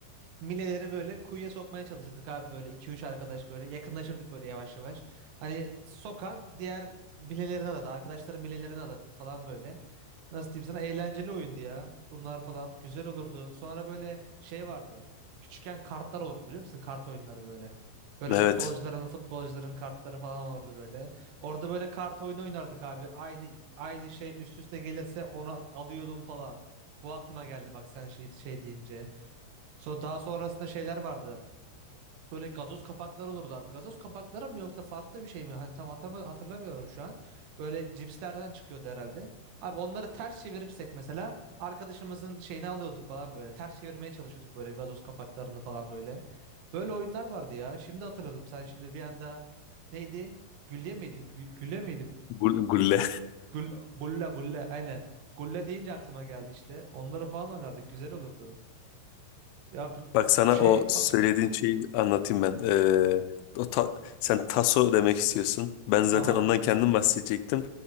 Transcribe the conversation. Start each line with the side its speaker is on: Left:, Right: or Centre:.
Right: Mileleri böyle kuyuya sokmaya çalışırdık abi böyle iki üç arkadaş böyle yakınlaşırdık böyle yavaş yavaş. Hani sokan diğer bilelerini aladı. Arkadaşların bilelerini aladık falan böyle. Nasıl diyeyim sana eğlenceli oyundu ya. Bunlar falan güzel olurdu. Sonra böyle şey vardı. Küçükken kartlar olurdu biliyor musun? Kart oyunları böyle. Böyle
Left: Evet.
Right: futbolcuların futbolcuların kartları falan olurdu böyle. Orada böyle kart oyunu oynardık abi. Aynı aynı şey üst üste gelirse onu al- alıyordum falan. Bu aklıma geldi bak sen şey, şey deyince. So daha sonrasında şeyler vardı. Böyle gazoz kapakları olurdu abi. Gazoz kapakları mı yoksa farklı bir şey mi? Hani tam hatırlama- hatırlamıyorum şu an. Böyle cipslerden çıkıyordu herhalde. Abi onları ters çevirirsek mesela arkadaşımızın şeyini alıyorduk falan böyle. Ters çevirmeye çalışıyorduk böyle gazoz kapaklarını falan böyle. Böyle oyunlar vardı ya. Şimdi hatırladım. Sen şimdi bir anda neydi? Gülle miydi? Gü- gülle miydi?
Left: Gul- Gulle.
Right: Gül, gulla gulla aynen. Gulla deyince aklıma geldi işte. Onları falan oynardık. Güzel olurdu. Ya bu-
Left: Bak sana
Right: şey
Left: o
Right: pa-
Left: söylediğin şeyi anlatayım ben. Ee, o ta- sen taso demek istiyorsun. Ben zaten
Right: aha
Left: ondan kendim bahsedecektim.